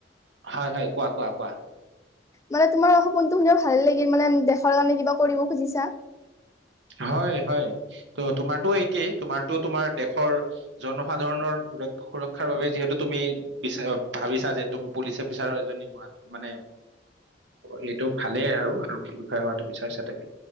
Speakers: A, on the right; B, on the left.
A: হয় হয় কোৱা কোৱা কোৱা।
B: মানে তোমাৰ সপোনটো শুনিও ভাল লাগিল মানে দেশৰ কাৰণে কিবা কৰিব খুজিছা।
A: হয় হয়, ত তোমাৰতো একেই তোমাৰটো তোমাৰ দেশৰ জনসাধাৰণৰ সুৰক্ষাৰ বাবে যিহেতু তুমি বিচাৰক ভাবিছা যে তুমি পুলিচ অফিচাৰ এজনী হোৱাটো মানে সেইটো ভালেই আৰু আৰক্ষী বিষয়ে হোৱাটো বিচাৰছা তুমি,